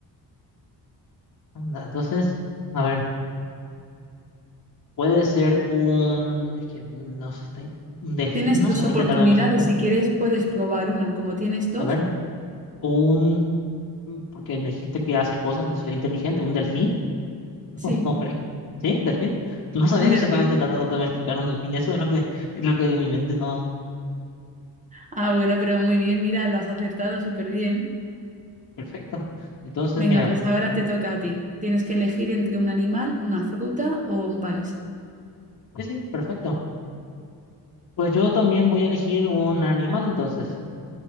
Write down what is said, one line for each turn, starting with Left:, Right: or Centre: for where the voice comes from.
Left: Anda, entonces, a ver, puede ser un... Es que no sé, está- un delfín,
Right: Tienes
Left: ¿no?
Right: dos
Left: Se va
Right: oportunidades.
Left: a intentar domesticar.
Right: Si quieres, puedes probar una. Como tienes dos,
Left: A ver, un... mm, Porque me dijiste que hace cosas, es inteligente. ¿Un delfín? <laughs>
Right: sí,
Left: No, no creo. ¿Sí? ¿Delfín? No sabía
Right: un
Left: que
Right: delfín.
Left: se estaba intentando domesticar un delfín. Eso es lo que, es lo que en mi mente no...
Right: Ah, bueno, pero muy bien, mira, lo has acertado súper bien.
Left: Perfecto. Entonces,
Right: Venga,
Left: mira,
Right: pues ahora te toca a ti. Tienes que elegir entre un animal, una fruta o un país.
Left: sí, sí, perfecto. Pues yo también voy a elegir un animal, entonces.